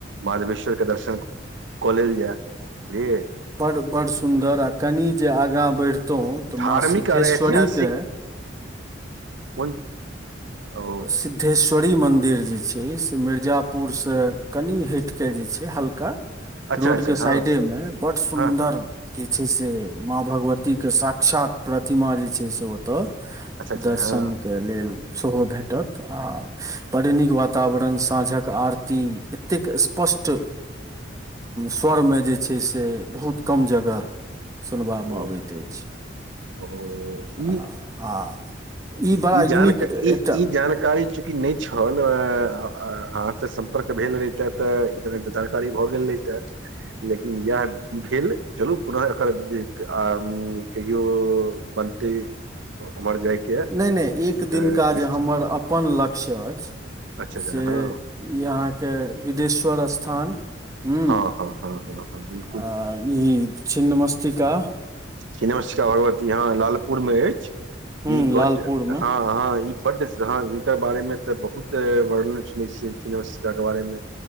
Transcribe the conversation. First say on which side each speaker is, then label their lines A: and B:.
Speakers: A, on the right; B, on the right.
A: माधवेश्वर के दर्शन कऽ लेल जाय बुझलिय
B: बड़ बड़ सुन्दर आ कनि जे आगाँ बढ़ितहुँ तऽ
A: धार्मिक
B: माँ सिद्धेश्वरी
A: आओर ऐतिहासिक
B: के
A: कोन ओ
B: सिद् दोश्वरी मंदिर जे छै से मिर्जापुर से कनि हट के जे छै हल्का
A: अच्छा
B: रोड
A: अच्छा
B: के
A: हँ
B: साइडे में बड सुंन्दर
A: हँ
B: जे छै से माँ भगवती के साक्षात प्रतिमा जे छै से ओ तऽ
A: अच्छा अच्छा
B: दर्शनक
A: हँ
B: के लेल सेहो भेटत आ पड़ नीक वातावरण साँझक आरती एतेक स्पष्ट स्वर मे जे छै से बहुत कम जगह सुनबा
A: ओ
B: मे अबैत अछि
A: ओ ई
B: आ आ बड़ा
A: ई
B: यूनिक
A: जानकऽ
B: एकटा
A: ई ई जानकऽ ी चूकी नहि छलहाँ आहाँ सऽ सम्पर्क भेल रहते तऽ कारी भऽ गेल रहतय लेकिन इएह ई भेल चलू पुनः एकर जे कहियो बनते उमर जायके
B: नहि नहि एक
A: तऽ
B: दिनका
A: निश्चित
B: जे हमर अपन लक्ष्य अछि
A: अच्छा अच्छा
B: से
A: हँ
B: ई अहाँके बिदेश्वर स्थान हूँ
A: हँ हँ हँ हँ हँ बि
B: आ ई छिन्मस्तिका
A: छिन्नमस्तिका भगवती हं लालपुर मे अछि
B: हूँ
A: ई बड्ड
B: लालपुर मे
A: हँ हँ ई बड्ड हँ हिनकर बारे मे तऽ बहुत वर्णन सुुने छियै चिन्िका के बारे मे